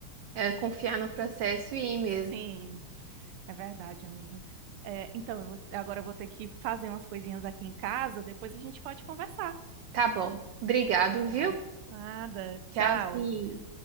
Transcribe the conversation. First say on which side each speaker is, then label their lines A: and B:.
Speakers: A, on the right; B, on the right.
A: é confiar no processo e ir mesmo.
B: Sim, é verdade, amiga. É, então, eu vou- agora eu vou ter que fazer umas coisinhas aqui em casa, depois a gente pode conversar.
A: Tá bom. Obrigado, viu?
B: Ah, nada. Tchau.
A: Tchauzinho.